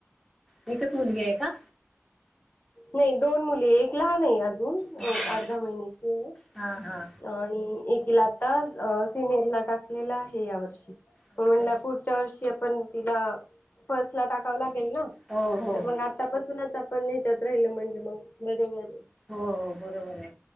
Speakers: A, in the centre; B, on the left.
A: ह एकच मुलगी आहे का?
B: नाही दोन मुली एक लहान आहे आ अजून
A: अच्छा
B: आठ दहा महिन्याची आहे.
A: हा हा
B: आणि एकीला आत्ता सिनियर ला टाकलेल आहे या वर्षी.
A: अच्छा
B: हो ना पुढच्या वर्षी पण तिला फर्स्ट ला टाकावं लागेल ना
A: हो हो
B: तर मग आतापासूनच आपण ह्याच्यात राहिल म्हणजे मग बरोबर.
A: हो हो बरोबर आहे.